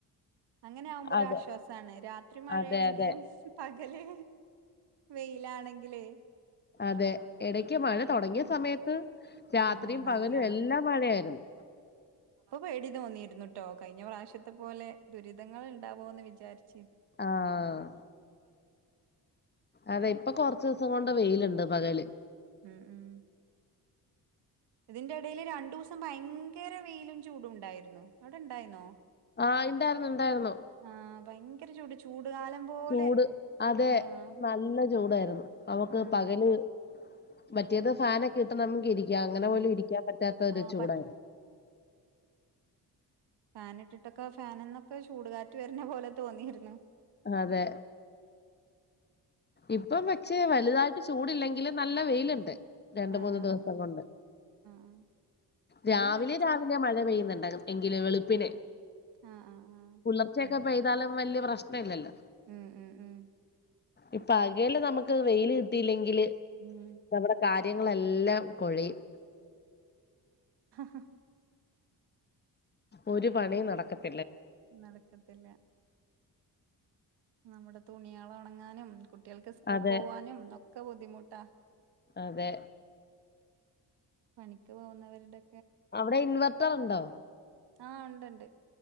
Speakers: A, on the right; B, on the left.
A: അങ്ങനെ ആകുമ്പോ ഒരു
B: അതെ
A: ആശ്വാസമാണ് രാത്രി മഴയാണെങ്കിലും
B: അതെ അതെ
A: പകല് വെയിലാണെങ്കിലേ
B: അതെ എടക്ക് മഴ തുടങ്ങിയ
A: ഉം
B: സമയത്ത് രാത്രിയും
A: ആഹ് നല്ലോണം
B: പകലും എല്ലാം മഴയായിരുന്നു
A: പെടി തോന്നിയിരുന്നുട്ടോ കഴിഞ്ഞ പ്രാവശ്യത്തെ പോലെ ദുരിതങ്ങൾ ഉണ്ടാവോ എന്ന് വിചാരിച്ച്
B: ആഹ് അതെ ഇപ്പൊ കൊറച്ച് ദിവസം കൊണ്ട് വെയില്ണ്ട് പകല്
A: ഉം ഉം ഇതിന്റെ ഇടേൽ രണ്ടു ദിവസം ഭയങ്കര വെയിലും ചൂടും ഉണ്ടായിരുന്നു അവിടെ ഇണ്ടായിന്നോ
B: ആഹ് ഇണ്ടായിരുന്നു ഇണ്ടായിരുന്നു
A: ആഹ് ഭയങ്കര ചൂട് ചൂടുകാലം പോലെ
B: ചൂട് അതെ
A: ആഹ്
B: നല്ല ചൂടായിരുന്നു നമുക്ക്
A: ഉം
B: പകല് മറ്റേത് ഫാനൊക്കെ ഇട്ട് നമുക്ക് ഇരിക്ക <unintelligible> അങ്ങനെ
A: ഉം
B: പോലും ഇരിക്കാൻ പറ്റാത്ത ഒരു
A: ആഹ്
B: ചൂടായിരുന്നു
A: ഫാന ഇട്ടിട്ടൊക്കെ ഫാനന്നൊക്കെ ചൂടുകാറ്റ് വരുന്ന പോലെ തോന്നിയിരുന്നു
B: അതെ ഇപ്പം പക്ഷെ വലുതായിട്ട് ചൂടല്ലെങ്കില് നല്ല വെയിലുണ്ട് രണ്ട്
A: ആഹ്
B: മൂന്ന്
A: ആഹ്
B: ദിവസം
A: ആഹ്
B: കൊണ്ട്
A: ആഹ്
B: രാവിലെ
A: വെയിലറച്ച
B: രാവിലെ മഴ പെയ്യുന്ന്ണ്ട് എങ്കില് വെളുപ്പിനെ
A: ആഹ് ആഹ് ആഹ്
B: പുളർച്ചയൊക്കെ
A: ഉണ്ട്
B: പെയ്താലും വല്ല്യ പ്രശ്ന ഇല്ലല്ലോ
A: ഉം ഉം ഉം
B: ഇപ്പൊ ആകയില് നമുക്ക് വെയിയില് കിട്ടിയില്ലെങ്കില്
A: ഉം
B: നമ്മടെ കാ കദ്യങ്ങളെല്ലാം കൊഴയും
A: ആഹ്
B: ഒരു പണി നടക്കത്തി
A: നടക്കത്തില്ല നമ്മുടെ തുണികള ഒണങ്ങാനും കുട്ടികൾക്ക് സ്കൂൾ
B: അതെ
A: പോവാനുംന്നൊക്കെ ബുദ്ധിമുട്ടാ
B: അതെ.
A: പണിക്ക് പോകുന്നവരുടെ
B: അവിടെ ഇൻവെർട്ടർ ഉണ്ടോ
A: ആഹ് ഉണ്ട് ഉണ്ട്